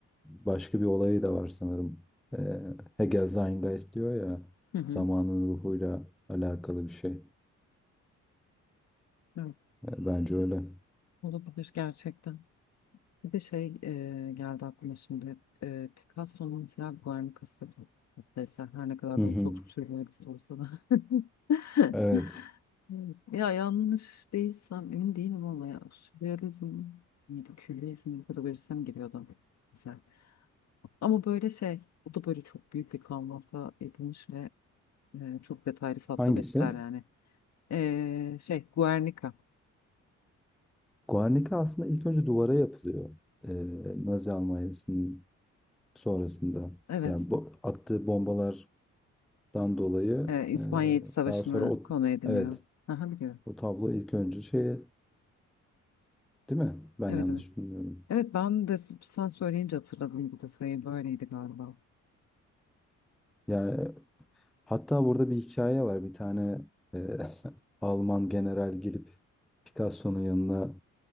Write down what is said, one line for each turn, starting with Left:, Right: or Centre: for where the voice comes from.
Centre: başka bir olayı da var sanırım. E, Hegel Zeitgeist diyor ya
Left: Hı hı.
Centre: zamanın ruhuyla alakalı bir şey.
Left: Evet,
Centre: E, Bence öyle.
Left: olabilir gerçekten. Bir de şey e, geldi aklıma şimdi. E, Picasso'nun mesela Guernica'sı çok tatlı eser. Her ne kadar
Centre: Hı
Left: böyle
Centre: hı.
Left: çok sürrealist olsa da. <laughs>
Centre: Evet.
Left: Evet. Ya yanlış değilsem emin değilim ama ya sürrealizm miydi, kübrizm kategorisine mi giriyordu mesela. Ama böyle şey, o da böyle çok büyük bir kanvasa yapılmış ve e, çok detaylı tatlı
Centre: Hangisi?
Left: bir eser yani. E, şey, Guernica.
Centre: Guernica aslında ilk önce duvara yapılıyor. Ee, Nazi Almanya'sının sonrasında.
Left: Evet,
Centre: Yani bu attığı bombalardan dolayı
Left: e, İspanya
Centre: e,
Left: İç Savaşı'nı
Centre: daha sonra o
Left: konu ediniyor.
Centre: evet
Left: Aha biliyorum.
Centre: o tablo ilk önce şey değil mi? Ben
Left: Evet
Centre: yanlış
Left: evet.
Centre: bilmiyorum.
Left: Evet ben de s- sen söyleyince hatırladım bu detayı. Böyleydi galiba.
Centre: Yani hatta burada bir hikaye var. Bir tane e, <laughs> Alman general gelip Picasso'nun yanına